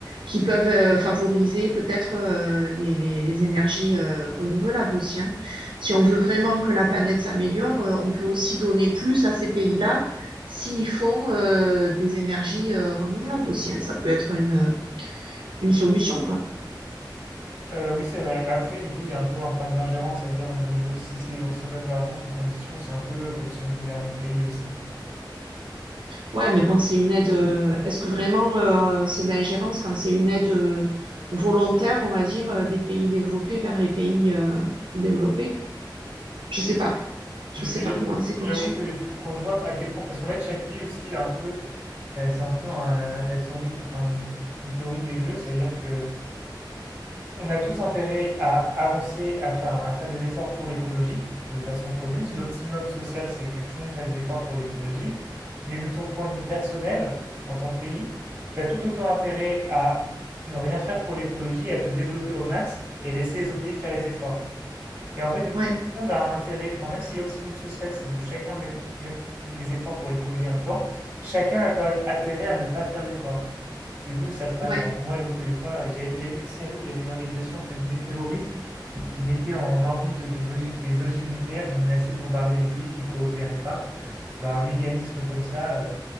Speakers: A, on the right (about 85°); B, on the right (about 20°).
A: qui peuvent euh, favoriser peut-être euh, les, les- les énergies euh, renouvelables aussi. hein. Si on veut vraiment que la planète s'améliore, euh, on peut aussi donner plus à ces pays-là s'ils font euh, des énergies euh, renouvelables aussi. hein. Ça peut être une, une solution, quoi.
B: Euh, oui, c'est vrai. Mais après, du coup, il y a un peu un problème d'ingérence, c'est-à-dire on donne de... si c'est... si on donne de l'argent sous condition, c'est un peu comme si on gouvernait le pays aussi.
A: Ouais, mais bon, c'est une aide. euh,
B: Mm.
A: Est-ce que vraiment euh, c'est de l'ingérence quand c'est une aide euh, volontaire, on va dire, euh, des pays développés vers les pays euh, sous-développés? Je sais pas. Je
B: Mais
A: sais pas
B: j'a-
A: comment c'est
B: j'avoue
A: conçu.
B: que des fois- quand je vois à quel point, parce qu'en fait chaque pays aussi a un peu, euh, c'est un peu un, euh, la théorie, enfin une, une théorie des jeux, c'est-à-dire que On a tous intérêt à avancer, à faire, à faire des efforts pour l'écologie de façon commune.
A: Oui.
B: L'optimum social, c'est que tout le monde fasse des efforts pour l'écologie. Mais de ton point de vue personnel, en tant que pays, tu as tout autant intérêt à ne rien faire pour l'écologie, à te développer au max et laisser les autres pays faire les efforts. Et en fait, du coup,
A: Ouais.
B: tout le monde a un intérêt, enfin, même si l'optimum social, c'est de chacun mettre mettre les efforts pour l'écologie en même temps, chacun a quand même intérêt à ne pas faire d'efforts. Du coup, c'est ça le problème.
A: Ouais.
B: Enfin, pour moi, j'avoue que des fois, euh, j'ai- j'avais vu une série où il y avait une organisation entre guillemets terroriste qui mettait en orbite des, ogi- des ogives nucléaires et menaçait de bombarder les pays qui coopéraient pas. Bah, un mécanisme comme ça euh,